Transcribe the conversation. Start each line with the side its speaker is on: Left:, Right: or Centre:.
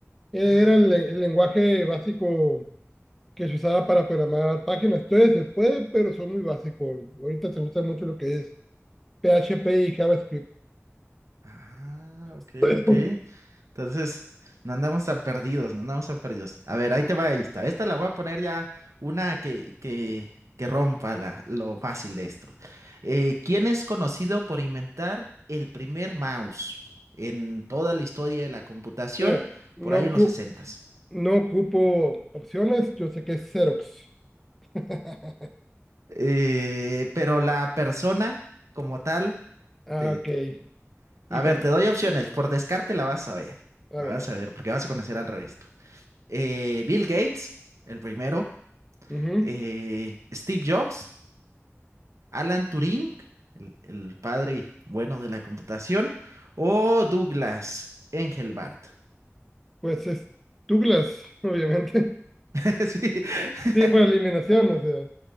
Centre: Era
Right: Ah,
Centre: el,
Right: perfecto.
Centre: el lenguaje básico que se usaba para programar páginas. Todavía se puede, pero son muy básicos. Ahorita se gusta mucho lo que es PHP y JavaScript.
Right: Ah, ok,
Centre: <clears throat>
Right: ok.
Centre: <coughs>
Right: Entonces, no andamos tan perdidos, no andamos tan perdidos. A ver, ahí te va esta. Esta la voy a poner ya una que, que, que rompa la- lo fácil de esto. Eh, ¿quién es conocido por inventar el primer mouse en toda la historia de la computación
Centre: Mira, no
Right: por ahí
Centre: ocupo,
Right: en los sesentas?
Centre: no ocupo opciones, yo sé que es Xerox. <laughs>
Right: Eh, pero la persona como tal,
Centre: Ah,
Right: te-
Centre: ok.
Right: te- a
Centre: Híjole.
Right: ver, te doy opciones. Por descarte la vas a ver.
Centre: A
Right: La
Centre: ver.
Right: vas a ver porque vas a conocer al resto. eh, Bill Gates, el primero,
Centre: ujú.
Right: eh, Steve Jobs, Alan Turing, el, el padre bueno de la computación, o Douglas Engelbart.
Centre: Pues es Douglas, <laughs> obviamente.
Right: <laughs>
Centre: Sí, por eliminación, o sea.